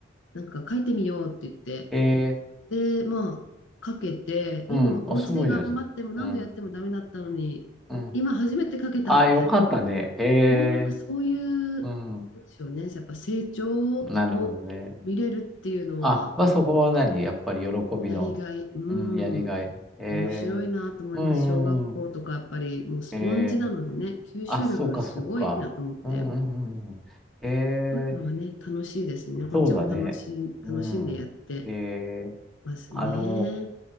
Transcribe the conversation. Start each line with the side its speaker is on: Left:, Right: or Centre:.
Left: なんか書いてみようって言って、
Centre: え
Left: で、まあ、書けて、
Centre: ー、
Left: でも、
Centre: うん。あ、
Left: お家で頑張っても何度やってもダメだったのに、
Centre: すごいじゃないですか。うん。うん。
Left: 今初めて書けたみたいな。
Centre: あ、よかったね。え
Left: うんなんかそういう、
Centre: ー、うん。
Left: なんでしょうね、やっぱ成長を見れるっていうのは、
Centre: なるほどね。あ、まあ、そこは何やっぱり喜びの、
Left: やりがい、うん、
Centre: うん、やりがい。え
Left: 面白いなと思います。
Centre: ー、うん、
Left: 小学校とか、
Centre: うん。
Left: やっぱりもうスポンジなのでね、
Centre: えー、
Left: 吸収力がすごいなと思って、
Centre: あ、そうか、そうか。うん、うん、うん。うんえー、
Left: そういうのはね、楽しいですよね。こっちも楽しい、
Centre: そうだね。うん。
Left: 楽しんでやって
Centre: えー
Left: ますね。
Centre: あの、